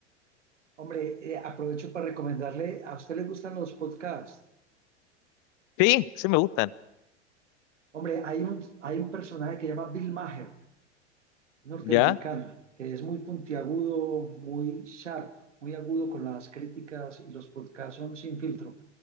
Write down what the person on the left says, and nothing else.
Sí, sí me gustan.
¿Ya?